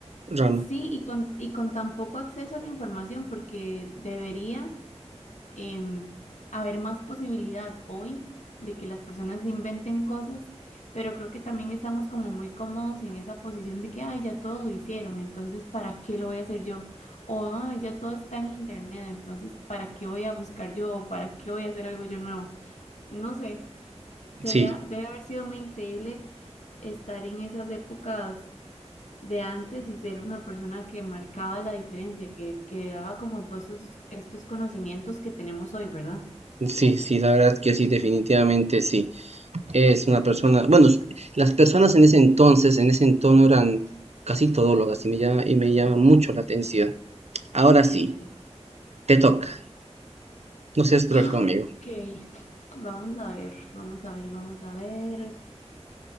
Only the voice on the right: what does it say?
rama.
Sí,
sí, sí, la verdad que sí, definitivamente sí. Es una persona, bueno, s- las personas en ese entonces, en ese entorno eran casi todólogas y me llama, y me llama mucho la atención. Ahora
sí,
te toca, no seas cruel
conmigo.